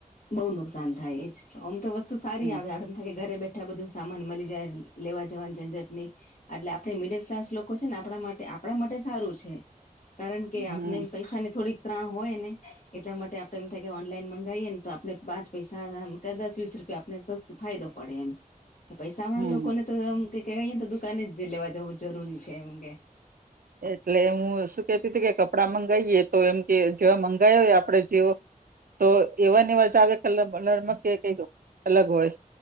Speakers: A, on the left (about 60°); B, on the right (about 90°).
A: બોવ નુકસાન થાય એ જ આમતો વસ્તુ સારી
B: હમ
A: આવે આરામથી ઘરે બેઠા બધું સામાન મળી જાય લેવા જવાન ઝંઝટ નય. એટલે આપણે મિડલ ક્લાસ લોકો છે ને આપણા માટે આપણા માટે સારું છે. કારણ કે
B: હમ
A: આપને પૈસાની થોડીક ત્રાણ હોય અને એટલા માટે આપડે એમ થાય કે ઓનલાઈન મંગાઈએ ને તો આપણે આપને પાંચ પૈસામ કે દસ વીસ રૂપિયા આપને સસ્તું ફાયદો પડે એમ પૈસાવાળા
B: હમ
A: લોકોને તો આમ કેહવાય દુકાનેજ લેવા જવું જરૂરી છે એમ કે
B: એટલે હું શું કેતી તું કે કપડાં મંગાવીએ તો એમ કે જેવા મંગાવો હોય આપડે જેવો તો એવાન એવાં આવે કલર બલરમાં કે કઈ અલગ હોય.